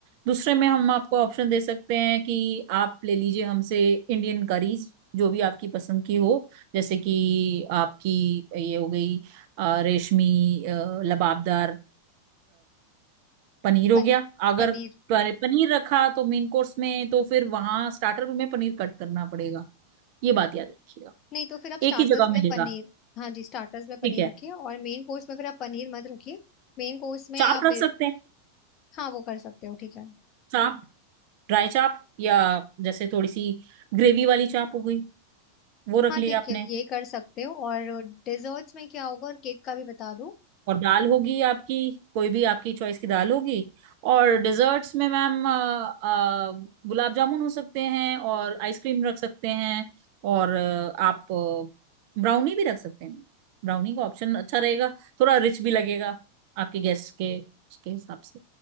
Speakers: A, on the right; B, on the left.
A: दूसरे में हम आपको ऑप्शन दे सकते हैं कि आप ले लीजिए हमसे इंडियन करीज जो भी आपकी पसंद की हो जैसे कि आपकी ये हो गई अ, रेशमी अ, लबाबदार पनीर
B: पन,
A: हो गया अगर
B: पनीर
A: प- पनीर रखा तो मेन कोर्स में तो फिर वहां स्टार्टर में पनीर कट करना पड़ेगा ये बात याद रखिएगा
B: नहीं तो फिर आप स्टार्टर्स
A: एक ही जगह
B: में
A: मिलेगा
B: पनीर हाँ जी स्टार्टर्स में पनीर
A: ठीक है
B: रखिए और मेन कोर्स में फिर आप पनीर मत रखिए मेन कोर्स में
A: चाप
B: आप
A: रख
B: बे-
A: सकते हैं
B: हाँ वो कर सकते हो ठीक है
A: चाप ड्राई चाप या जैसे थोड़ी सी ग्रेवी वाली चाप हो गई वो रख
B: हाँ
A: लिया
B: ठीक
A: आपने
B: है ये कर सकते हो और डिजर्ट्स में क्या होगा और केक का भी बता दूं
A: और दाल होगी आपकी कोई भी आपकी चॉइस की दाल होगी और डिजर्ट्स में मैम अ, अ, गुलाब जामुन हो सकते हैं और आइसक्रीम रख सकते हैं और अ, आप ब्राउनी भी रख सकते हैं ब्राउनी का ऑप्शन अच्छा रहेगा थोड़ा रिच भी लगेगा आपके गेस्ट के उसके हिसाब से